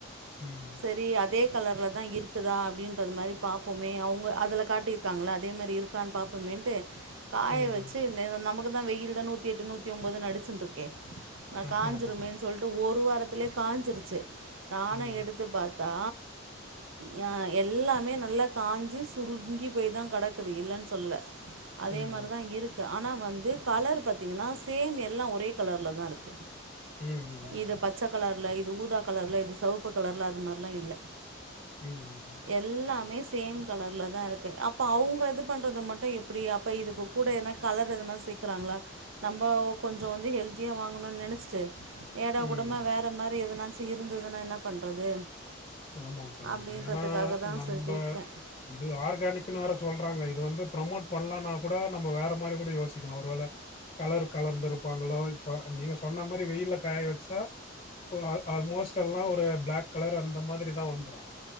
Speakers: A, on the left; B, on the right.
A: உம்
B: சரி அதே கலர்ல தா இருக்குதா அப்படின்ற மாதிரி பாப்போ மே அவங்க அதுல காட்டியிருக்காங்கள அதே மாதிரி இருக்கான்னு பாப்பமேன்ட்டு காய
A: ம்
B: வச்சு நிற நமக்கு மக்குதா வெயில் தா நூத்தி எட்டு நூத்தி ஒம்போதுனு அடிச்சுன்ட்ருக்கே ந
A: ஆமா
B: காஞ்சுருமேன்னு
A: ஆமா
B: சொல்ட்டு ஒரு வாரத்துலயே காஞ்சிருச்சு நானு
A: ம்
B: எடுத்துப் பாத் தா ய எல்லாமே நல்லா காஞ்சூ சுருங்கி போய் தா கடக்குது இல்லன்னு சொல்லுல அதே
A: ம்
B: மாரிதா இருக்கு ஆனா வந்து கலர் பாத்தீங்கன்னா சேம் எல்லா ஒரே கலர்ல தா இருக்கு
A: ம்
B: இது பச்சக்கலர் இது ஊதா கலர்ல இது செவப்பு கலர்ல அது மாரிலா இல்ல
A: ம்
B: எல்லாமே சேம் கலர்லதா இருக்கு அப்போ அவுங்க இது பண்றத மட்டு எப்படி அப்போ இதுக்கு கூட எதுனா கலர் எதனா சேக்குறாங்களா நம்ம கொஞ்ச வந்து ஹெல்த்தியா வாங்கணுன் நெனச்சிட்டு ஏடா
A: ம்
B: கூடமா வேற மாதிரி எதுனா சீ இருந்ததுன்னா என்ன பண்றது
A: ஆமாக்கா ஆமாங்க
B: அப்டின்றதுக்காக
A: ஏன்னா
B: தான்
A: நம்ப
B: சார் கேட்டேன்.
A: இது ஆர்கானிக்ன்னு வேற சொல்றாங்க இது வந்து ப்ரமோட் பண்லனா கூட நம்ம வேற மாதிரி கூட யோசிக்கலா ஒரு வேள கலர் கலந்து இருப்பாங்களோ இப்ப நீங்க சொன்ன மாதிரி வெயில்ல காய வச்சா அ ஆல்மோஸ்ட் எல்லா ஒரு பிளாக் கலர் இந்த மாதிரி தா வந்துரு